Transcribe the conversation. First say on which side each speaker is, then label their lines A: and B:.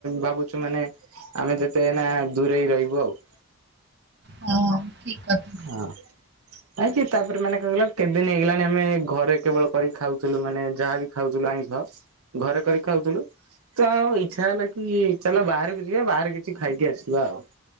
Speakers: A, on the right; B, on the right.
A: ଭାବୁଛୁ ମାନେ ଆମେ ଯେତେ ଏଇନା ଦୂରେଇ ରହିବୁ ଆଉ।
B: ହଁ ଠିକ କଥା।
A: ହ। ଆଇ କି ତାପର ମାନେ କକହିଲ କେତେଦିନ ହେଇଗଲାଣି ଆମେ ଘରେ କେବଳ କରିକି ଖାଉଥିଲୁ ମାନେ ଯାହା ବି ଖାଉଥିଲୁ ଆଇ ଘରେ କରିକି ଖାଉଥିଲୁ। ତ ଆଉ ଇଚ୍ଛା ହେଲା କି ଚାଲ ବାହାରକୁ ଯିବା ବାହାରେ କିଛି ଖାଇକି ଆସିବା ଆଉ।